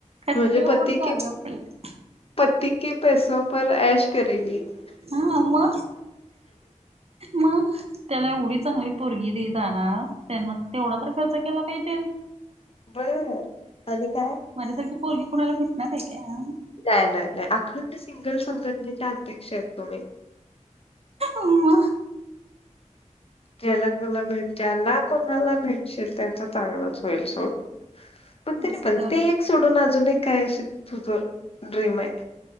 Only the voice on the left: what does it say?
म्हणजे पती
के
<unintelligible>
बरं <unintelligible> आणि काय
नाही नाही नाही अखंड सिंगल संघटनेचे अध्यक्ष आहेत तुम्ही
ज्याला कला भेट ज्याला कोणाला भेटशील त्यांच चांगलंच होईल सोड. पण
ते नाही पण
ते एक सोडून अजूनही काय अ तुझं ड्रीम आहे.